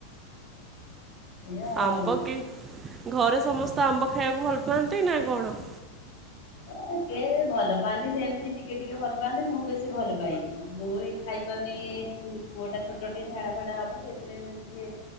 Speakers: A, on the left (about 55°); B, on the right (about 20°).
A: ଏଇଆ
B: ଆମ୍ବ
A: ଆଉ
B: କି ଘରେ ସମସ୍ତେ ଆମ୍ବ ଖାଇବାକୁ ଭଲ ପାଆନ୍ତି ନା କଣ?
A: ଏ କେ ଭଲ ପାଆନ୍ତି ସେମିତି ଟିକେ ଟିକେ ଭଲ ପାଆନ୍ତି। ମୁଁ ବେଶୀ ଭଲ ପାଇ। ମୁଁ ଏଇ ଖାଇପାରୁନି ଏ ପୁଅଟା ଛୋଟ ଟେ ଝାଡ଼ା ଫାଡ଼ା ହବ। ସେଇଥିପାଇଁ ମୁଁ ଟିକେ